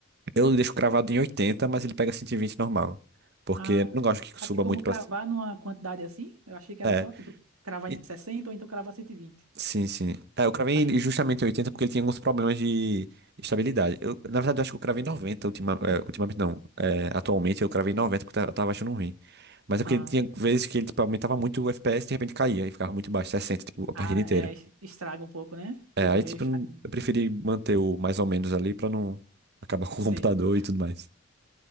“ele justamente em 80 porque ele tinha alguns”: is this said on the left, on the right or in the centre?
Right